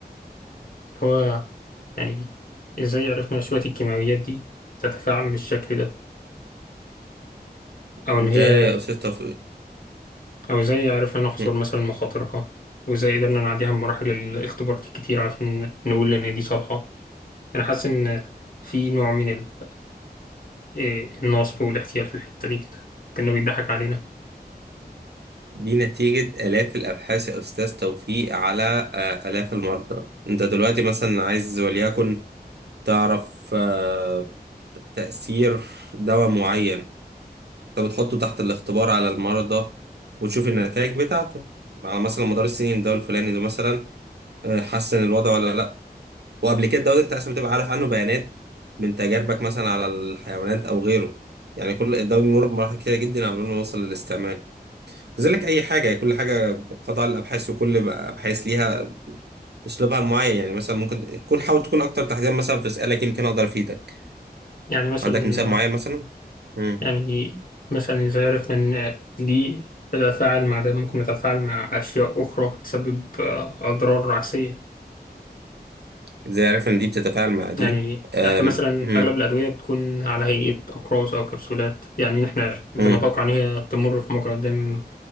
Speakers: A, on the left; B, on the right.
A: اللي هو يعني إزاي عرفنا شوية الكيماويات دي تتفاعل بالشكل ده أو
B: ده
A: إن هي
B: يا أستاذ توفيق
A: أو إزاي عرفنا نحصر
B: م.
A: مثلا مخاطرها وإزاي قدرنا نعديها بمراحل الاختبارات الكتير عشان نقول إن دي صالحة أنا حاسس إن في نوع من ال- إيه، النصب والاحتيال في الحتة دي كده كأنه بيضحك علينا
B: دي نتيجة آلاف الأبحاث يا أستاذ توفيق على آه آلاف المرضى أنت دلوقتي مثلا عايز وليكن تعرف آه تأثير دواء معين أنت بتحطه تحت الاختبار على المرضى وتشوف النتائج بتاعته على مثلا مدار السنين الدواء الفلاني ده مثلا آه، حسن الوضع ولا وقبل كده دورة عشان بتبقى عارف عنه بيانات من تجاربك مثلا على الحيوانات او غيره يعني كل الدواء بيمر بمراحل كتيرة جدا قبل ما يوصل للاستعمال كذلك اي حاجة كل حاجة قطع الابحاث وكل بقى ابحاث ليها اسلوبها معين يعني مثلا ممكن تكون حاول تكون اكتر تحديدا مثلا في اسئلة يمكن اقدر افيدك
A: يعني مثلا
B: عندك مثال معين مثلا امم
A: يعني مثلا إزاي عرفنا إن دي تتفاعل مع ده ممكن تتفاعل مع أشياء أخرى تسبب آه، أضرار عكسية
B: ازاي عارف ان دي بتتفاعل مع دي
A: يعني
B: امم
A: احنا مثلا اغلب الادويه بتكون على هيئه اقراص او كبسولات يعني احنا بنتوقع
B: امم
A: ان هي تمر في مجرى الدم